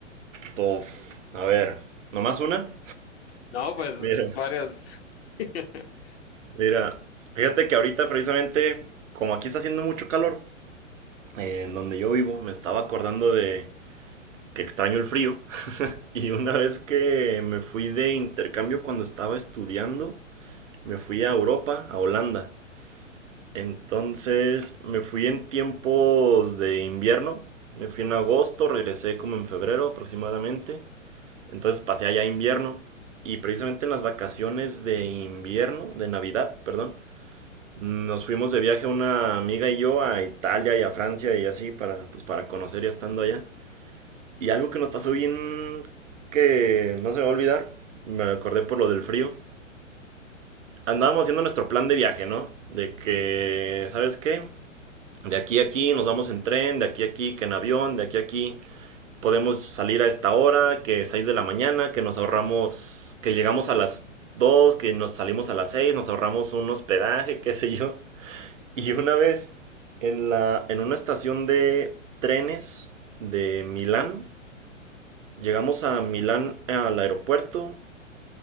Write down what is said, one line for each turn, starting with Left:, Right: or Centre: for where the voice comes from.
Right: Tof. A ver, ¿nomás una?
Left: No, pues
Right: Mira,
Left: varias. <laughs>
Right: mira. Fíjate que ahorita precisamente, como aquí está haciendo mucho calor, eh, en donde yo vivo, me estaba acordando de que extraño el frío. <laughs> Y una vez que me fui de intercambio cuando estaba estudiando, me fui a Europa, a Holanda. Entonces me fui en tiempos de invierno. Me fui en agosto, regresé como en febrero aproximadamente. Entonces pasé allá invierno. Y precisamente en las vacaciones de invierno, de Navidad, perdón, nos fuimos de viaje una amiga y yo a Italia y a Francia y así para, pues, para conocer ya estando allá. Y algo que nos pasó bien que no se me va a olvidar, me acordé por lo del frío. Andábamos haciendo nuestro plan de viaje, ¿no? De que, ¿sabes qué? de aquí a aquí nos vamos en tren, de aquí a aquí que en avión, de aquí a aquí podemos salir a esta hora, que 6 de la mañana, que nos ahorramos, que llegamos a las 2, que nos salimos a las 6, nos ahorramos un hospedaje, qué sé yo. Y una vez en la en una estación de trenes de Milán, llegamos a Milán al aeropuerto